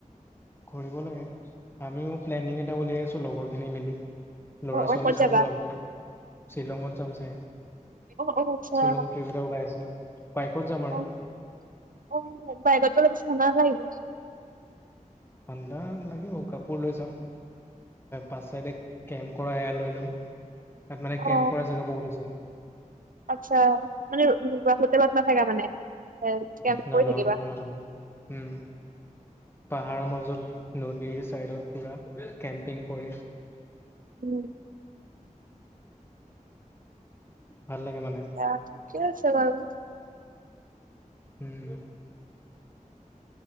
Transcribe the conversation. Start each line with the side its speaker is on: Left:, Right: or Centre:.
Left: কৰিব লাগে, আমিও প্লেনিং এটা উলিয়াইছোঁ লগৰ খিনি মিলি ল'ৰা
Right: অ',
Left: ছোৱালীয়ে
Right: অ', ক'ত যাবা?
Left: চব ওলাব শ্বিলঙত যাম চাগে।
Right: অ', অ', আচ্ছা
Left: শ্বিলং ট্ৰিপ এটা ওলাই আছে বাইকত যাম
Right: অ',
Left: আৰু
Right: অ বাইকত গলে ঠাণ্ডা নালাগিব
Left: ঠাণ্ডা লাগিব কাপোৰ লৈ যাম পাঁচ চাইডে কেম্প কৰা এয়াৰ লৈ ল'ম তাত মানে
Right: অ
Left: কেম্প কৰা জেগা বহুত আছে
Right: আচ্ছা মানে হোটেলত নাথাকা মানে এ কেম্প
Left: নাই
Right: কৰি
Left: নাই
Right: থাকিবা।
Left: হোটেলত নাথাকো উম পাহাৰৰ মাজত নদীৰ ছাইডত পুৰা কেম্পিং কৰি
Right: উম
Left: ভাল লাগে মানে
Right: তাত ঠিকে আছে বাৰু
Left: উম